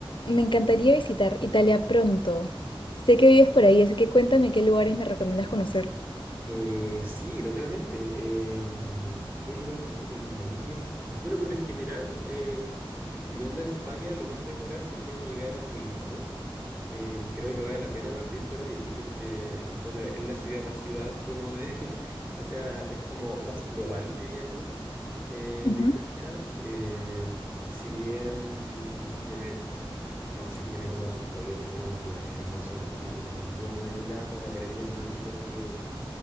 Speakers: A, on the left (about 60°); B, on the right (about 20°).
A: Me encantaría visitar Italia pronto. Sé que vives por ahí, así que cuéntame qué lugares me recomiendas conocer.
B: Eh, sí, totalmente. Em, ¿qué lugares te recomendaría? Bueno, por lo general, eh, viviendo de España, lo más regular sería llegar a Milano. Em, creo que vale la pena partir por ahí porque, bueno, es la ciudad más ciudad, como de, <laughs> o sea, es como más global, diría yo, eh,
A: Ujú,
B: de Italia. Eh, si bien tiene no, sí tiene como su historia, tiene unos lugares hermosos los que tienes el Duomo de Milano, la Galería Manuel Vittorio, el